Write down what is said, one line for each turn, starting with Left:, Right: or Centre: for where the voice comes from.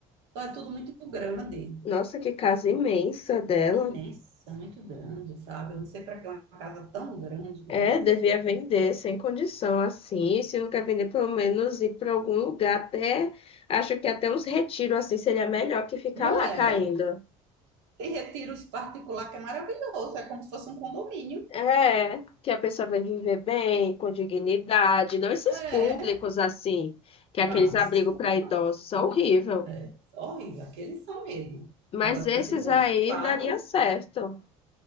Right: Então é tudo muito grande,
Left: Nossa, que casa imensa dela.
Right: imensa, muito grande, sabe? Eu não sei para que é uma casa tão grande, meu
Left: É,
Right: Deus.
Left: devia vender sem condição assim. E se não quer vender, pelo menos ir para algum lugar. Até acho que até uns retiros assim seria melhor que ficar
Right: Não
Left: lá
Right: é?
Left: caindo.
Right: Tem retiros particular que é maravilhoso, é como se fosse um condomínio.
Left: É, que a pessoa vai viver bem, com dignidade, não esses
Right: É.
Left: públicos assim, que é
Right: Não,
Left: aqueles abrigos
Right: esses povos
Left: para idosos
Right: não.
Left: são horrível.
Right: É horrível, aqueles são mesmo.
Left: Mas
Right: Agora,
Left: esses
Right: se fosse
Left: aí
Right: pago,
Left: daria certo.